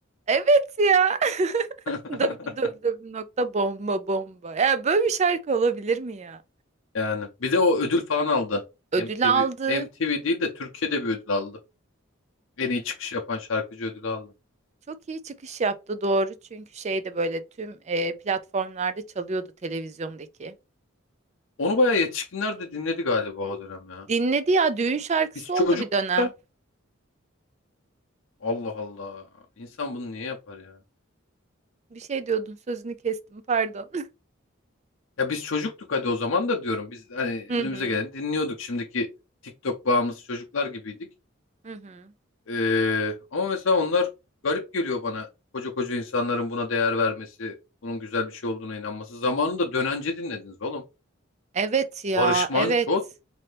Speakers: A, on the right; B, on the left.
A: evet ya. <laughs>
B: <laughs>
A: www nokta bomba bomba. Ya böyle bir şarkı olabilir mi ya?
B: Yani bir de o ödül falan aldı.
A: Ödül
B: MTV
A: aldı.
B: MTV değil de Türkiye'de bir ödül aldı. En iyi çıkış yapan şarkıcı ödülü aldı.
A: Çok iyi çıkış yaptı doğru. Çünkü şey de böyle tüm e, platformlarda çalıyordu televizyondaki.
B: Onu bayağı yetişkinler de dinledi galiba o dönem ya.
A: Dinledi ya düğün şarkısı
B: Biz çocuktuk
A: oldu bir dönem.
B: da Allah Allah. İnsan bunu niye yapar ya?
A: Bir şey diyordun sözünü kestim pardon.
B: Ya biz çocuktuk hadi o zaman da diyorum. Biz hani
A: <laughs> Hı
B: önümüze
A: hı.
B: gelen dinliyorduk. Şimdiki TikTok bağımlısı çocuklar gibiydik.
A: Hı hı.
B: Ee, ama mesela onlar garip geliyor bana. Koca koca insanların buna değer vermesi, bunun güzel bir şey olduğuna inanması. Zamanında Dönence dinlediniz oğlum.
A: Evet ya,
B: Barış Manço
A: evet.